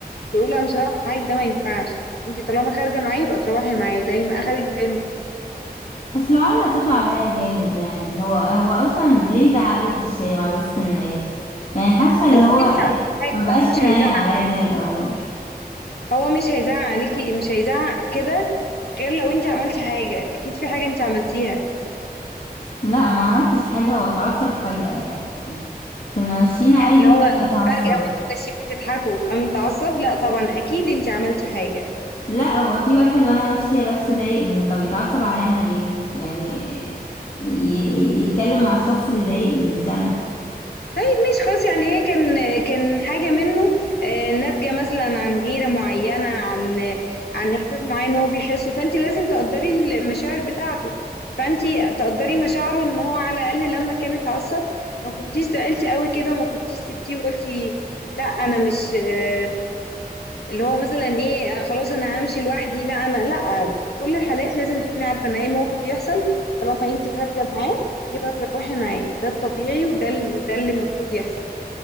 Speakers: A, on the left (about 80°); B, on the left (about 60°).
A: تقولي لا مش هروح معاك ده ما ينفعش انت طالما خارجه معاه يبقى تروحي معاه زي ما اخدك زي ما
B: اصل على صوته عليا جامد يعني هو هو اصلا ليه زعقلي في الشارع وسط الناس يعني حاسه اللي
A: اكيد
B: هو
A: انت عملتي حاجه
B: ما بقاش
A: هو مش
B: حنين
A: هيزعق
B: عليا زي الاول
A: هو مش هيزعق عليكي مش هيزعق كده غير لو انت عملتي حاجه اكيد في حاجه انت عملتيها
B: لا ما عملتش حاجه هو اتعصب فجأة يعني كنا ماشيين عادي
A: يعني هو
B: فجأة اتعصب
A: فجاه وانتم ماشيين بتضحكوا قام متعصب لا طبعا اكيد انت عملتي حاجه
B: لا هو في واحد وانا ماشيه بس ضايقني فبيتعصب عليا انا ليه يعني ي- ي- يتكلم مع الشخص اللي ضايقني مش انا
A: طيب ماشي خلاص يعني هي كان كان حاجة منه آه، ناتجة مثلا عن غيرة معينة عن عن إحساس معين هو بيحسه فأنت لازم تقدري المشاعر بتاعته فأنت تقدري مشاعره إن هو على الأقل لما كان اتعصب ما كنتيش زعلتي قوي كده ما كنتيش سبتيه وقلتي لا أنا مش آه، اللي هو مثلا إيه آه، خلاص أنا همشي لوحدي لا أنا لا في كل الحالات لازم تكوني عارفة إن أي موقف يحصل طالما أنت خارجة معاه يبقى تروحي معاه ده الطبيعي وده ال- ده اللي المفروض يحصل